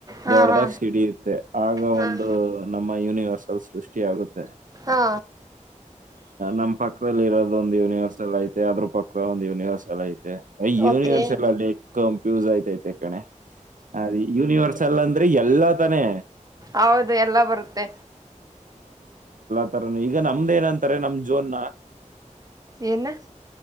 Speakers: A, on the right; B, on the right.
A: ಹಾ
B: ದೊಡ್ಡದಾಗ
A: ಹಾ
B: ಸಿಡಿಯುತ್ತೆ ಆಗ
A: ಹಾ
B: ಒಂದು ನಮ್ಮ ಆ ಯೂನಿವರ್ಸಲ್ ಸೃಷ್ಟಿಯಗುತ್ತೆ.
A: ಹಾ
B: ನಂಪಕ್ ಇೋ ಒಂದು ಯನರ್ಸಲ್ ಆಯತು ಅದ್ರ ಪಕ್ಕದ ಒಂದು ಯನಿವರ್ಸ್ಲ್ ಐತೆ ಐ ಯೂನಿವೇರ್ಸಲ್
A: ಓಕೆ
B: ಅಲ್ಲಿಕ್ಕಂ ಯೂಸುಆಯ್ತ್ ತೈ ತೈ ತೇ ಕನೆ ಅದ ಯೂನಿವರ್ಸ ಅಲ್ ಅಂದ್ರೆ ಎ ಎಲ್ಲಾ ತಾನೇ
A: ಹೌದು ಎಲ್ಲ ಬರುತ್ತೆ
B: ಾರನು ಈಗ ನಮ್ದ ಏನಂತಾರೆ ನಮ್ ಜೋನ್ ನ
A: ಏನ